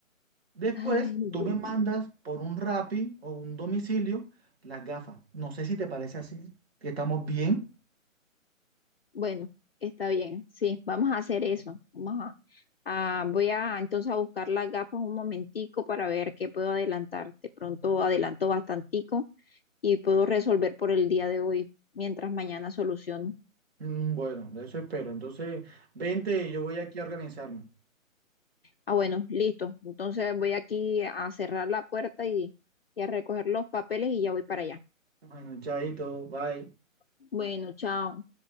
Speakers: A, on the right; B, on the left.
A: Después,
B: Ay,
A: tú
B: Dios
A: me mandas
B: mío.
A: por un Rappi o un domicilio las gafas. No sé si te parece así, que estamos bien.
B: bueno, está bien, sí, vamos a hacer eso. Vamos a, a- voy a entonces a buscar las gafas un momentico para ver qué puedo adelantar. De pronto adelanto bastante y puedo resolver por el día de hoy mientras mañana soluciono.
A: Mm, Bueno, de eso espero. Entonces, vente, yo voy aquí a organizarme.
B: Ah, bueno, listo. Entonces voy aquí a cerrar la puerta y, y a recoger los papeles y ya voy para allá.
A: Bueno, chaito, bye.
B: Bueno, chao.